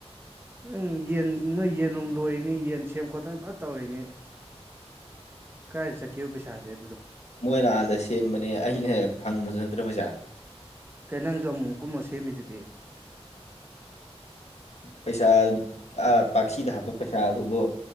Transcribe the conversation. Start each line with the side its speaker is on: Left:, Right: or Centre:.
Right: ꯎꯝ ꯌꯦꯟ ꯅꯣꯏ ꯌꯦꯟꯅꯨꯡ ꯂꯣꯏꯅꯤ ꯌꯦꯟ ꯁꯦꯝ ꯈꯣꯠꯇꯅ ꯐꯖ ꯇꯧꯔꯤꯅꯤ ꯀꯥꯏꯗ ꯆꯠꯀꯦꯣ ꯄꯩꯁꯥꯥꯁꯦ ꯑꯗꯨꯗꯣ
Left: ꯃꯣꯏꯅ ꯑꯥꯗ ꯁꯦꯝꯕꯅꯦ ꯑꯩꯅ ꯍꯦꯛ ꯐꯪꯕꯁꯨ ꯅꯠꯇ꯭ꯔꯣ ꯃꯁꯦ
Right: ꯀꯩ ꯅꯪꯁꯨ ꯑꯃꯨꯛ ꯀꯨꯝꯃ ꯁꯦꯝꯃꯤꯗꯨꯗꯤ
Left: ꯄꯩꯁꯥ ꯄꯥꯛꯁꯤꯗ ꯍꯥꯞꯄ ꯄꯩꯁꯥ ꯑꯗꯨꯕꯨ